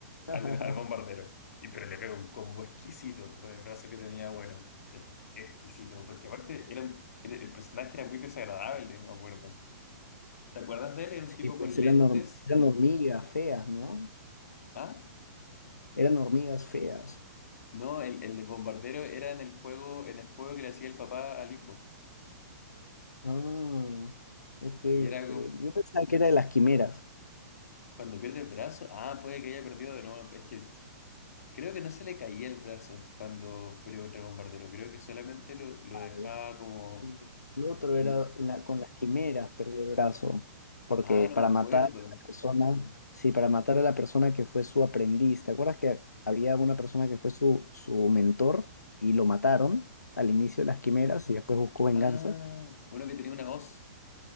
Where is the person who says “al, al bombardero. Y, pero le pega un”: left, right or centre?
Left